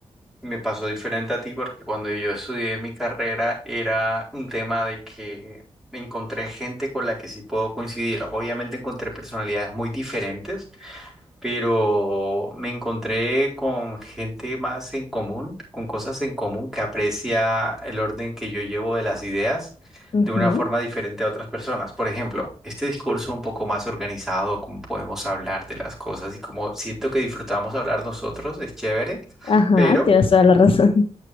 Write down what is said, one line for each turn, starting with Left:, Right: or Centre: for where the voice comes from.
Centre: me pasó diferente a ti, porque cuando yo estudié mi carrera era un tema de que me encontré gente con la que sí puedo coincidir. Obviamente encontré personalidades muy diferentes pero me encontré con gente más en común, con cosas en común que aprecia el orden que yo llevo de las ideas
Left: Ujú.
Centre: de una forma diferente a otras personas. Por ejemplo, este discurso un poco más organizado, como podemos hablar de las cosas y como siento que disfrutamos hablar nosotros, es chévere,
Left: Ajá,
Centre: pero
Left: tienes toda la razón.